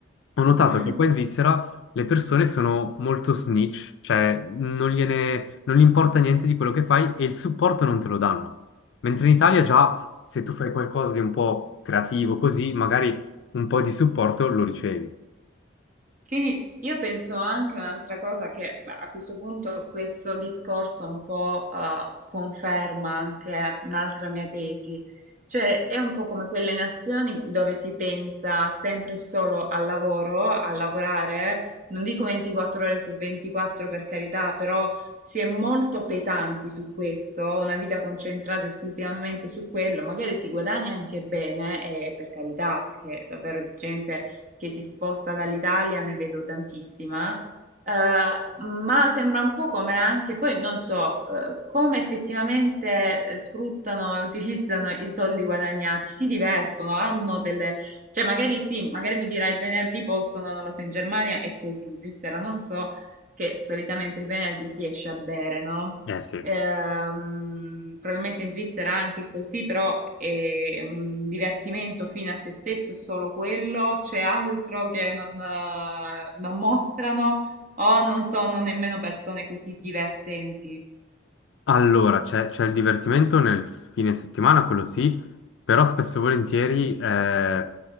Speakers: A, on the left (about 65°); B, on the right (about 40°).
A: ho notato
B: Mm?
A: che qua in Svizzera le persone sono molto snitch, cioè non gliene, non gli importa niente di quello che fai e il supporto non te lo danno, mentre in Italia già se tu fai qualcosa di un po' creativo così, magari un po' di supporto lo ricevi.
B: Quindi io penso anche un'altra cosa che beh, a questo punto questo discorso un po' eh, conferma anche un'altra mia tesi, cioè è un po' come quelle nazioni dove si pensa sempre e solo al lavoro, a lavorare, non dico 24 ore su 24 per carità, però si è molto pesanti su questo, una vita concentrata esclusivamente su quello, magari si guadagna anche bene, e per carità, perché davvero di gente che si sposta dall'Italia, ne vedo tantissima, eh, ma sembra un po' come anche, poi non so, eh, come effettivamente eh, sfruttano e utilizzano i soldi guadagnati, si divertono, hanno delle, cioè magari sì, magari mi dirai il venerdì possono, non lo so, in Germania è così, in Svizzera non so, che solitamente il venerdì si esce a bere, no?
A: Eh sì,
B: Ehm, probabilmente in Svizzera anche così, però è un divertimento fino a se stesso, è solo quello, c'è altro che non, eh, non mostrano o non sono nemmeno persone così divertenti.
A: Allora, c'è c'è il divertimento nel fine settimana, quello sì, però spesso e volentieri, eh,